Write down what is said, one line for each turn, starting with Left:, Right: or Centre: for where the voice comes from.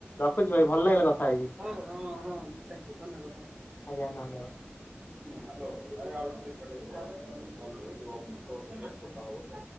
Left: ରଖୁଛି ଭାଇ ଭଲ ଲାଗିଲା କଥା ହେଇକି
Right: ହଁ ହଁ ହଁ। ଥାଙ୍କ ୟୁ ଧନ୍ୟବାଦ।
Left: ଆଜ୍ଞା ଧନ୍ୟବାଦ।
Right: ହ୍ୟାଲୋ ଆରେ ଆଉ ଟିକେ ଛାଡିକି କଲ୍ କରିବି। ଅଫିସରେ ଗୋଟେ କଥା ହବ ତ।